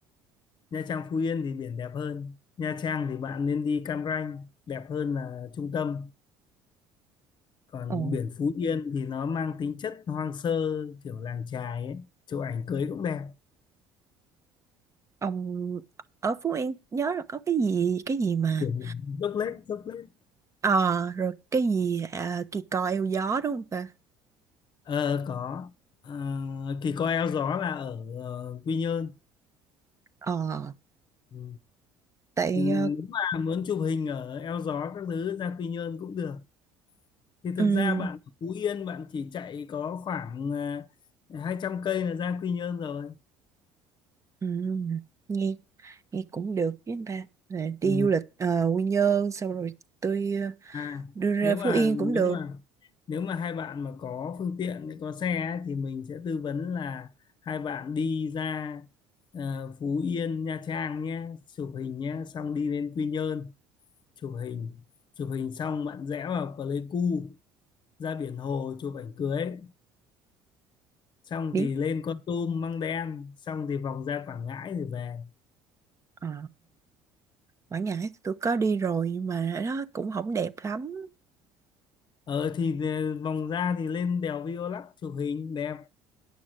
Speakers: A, on the left; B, on the right.
A: Nha Trang Phú Yên thì biển đẹp hơn Nha Trang thì bạn nên đi Cam Ranh đẹp hơn là trung tâm còn
B: Ồ,
A: biển Phú Yên thì nó mang tính chất hoang sơ kiểu làng chài ấy chụp ảnh cưới cũng đẹp
B: ông ở Phú Yên nhớ là có cái gì cái gì mà
A: kiểu dốc lết dốc lết
B: Ờ, rồi cái gì à, kỳ cò eo gió đúng không ta?
A: ờ có Ờ, Kỳ coi eo gió là ở ờ, Quy Nhơn
B: Ờ,
A: ừ.
B: tại
A: Ừ, nếu
B: ờ,
A: mà muốn chụp hình ở eo gió các thứ ra Quy Nhơn cũng được thì
B: Ừ,
A: thực ra bạn ở Phú Yên bạn chỉ chạy có khoảng à, 200 cây là ra Quy Nhơn rồi
B: ừ, nghe nghe cũng được với anh ba là đi
A: ừ.
B: du lịch ờ, Quy Nhơn xong rồi tôi ờ,
A: à
B: đưa ra
A: nếu mà
B: Phú Yên cũng
A: nếu
B: được
A: mà nếu mà hai bạn mà có phương tiện có xe ấy, thì mình sẽ tư vấn là hai bạn đi ra à, Phú Yên Nha Trang nhé chụp hình nhé xong đi lên Quy Nhơn chụp hình chụp hình xong bạn rẽ vào Pleiku ra biển hồ chụp ảnh cưới xong
B: biển
A: thì lên Kon Tum Măng Đen xong thì vòng ra Quảng Ngãi rồi về
B: ờ, Quảng Ngãi thì tôi có đi rồi nhưng mà nó cũng không đẹp lắm.
A: ờ thì ờ, vòng ra thì lên đèo Violac chụp hình đẹp